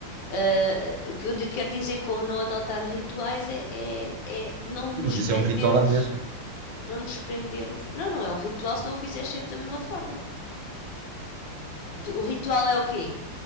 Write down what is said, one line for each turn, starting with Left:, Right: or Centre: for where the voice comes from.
Left: Ah, o que eu quero dizer com não adotar rituais é, é, é não nos
Right: Sim, mas
Left: prendermos,
Right: isso é um ritual lá mesmo.
Left: não nos prendermos. Não, não é um ritual se não o fizeres sempre da mesma forma. Tu- O ritual é o quê?